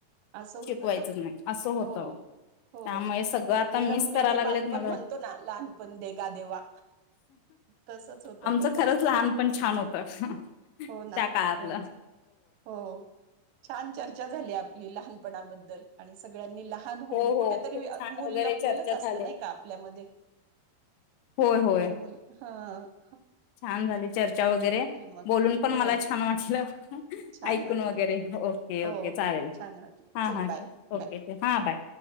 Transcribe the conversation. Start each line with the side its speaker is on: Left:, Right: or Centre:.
Right: असं होतं
Left: शिकवायचंच
Right: ना
Left: नाही असं होतं
Right: हो हो
Left: त्यामुळे सगळं
Right: तर
Left: आता
Right: ते
Left: मिस
Right: रम्य
Left: करायला
Right: ते
Left: लागलेत
Right: बालपण
Left: मला
Right: म्हणतो ना लहानपण देगा देेवा तसच होत
Left: आमचं
Right: ते खरं
Left: खरंच लहानपण छान होतं त्या
Right: हो ना
Left: काळातलं
Right: हो ना हो छान चर्चा झाली आप पणाबद्दल आणि सगळ्यांनी ला लहान होन
Left: हो हो
Right: कुठेतरी
Left: खूप छान
Right: मूल
Left: वगैरे
Right: लपलेलंच
Left: चर्चा
Right: असत
Left: झाली
Right: नाही का आपल्यामध्ये
Left: होय होय
Right: त्या मु हां
Left: छान झाली चर्चा वगैरे
Right: मग
Left: बोलून पण
Right: हो
Left: मला छान वाटलं
Right: छान
Left: ऐकून
Right: वाटलं
Left: वगैरे ओके
Right: हो
Left: ओके चालेल
Right: हो छान वाटलं
Left: हा
Right: चल
Left: हा
Right: बाय
Left: ओके
Right: बाय
Left: हां बाय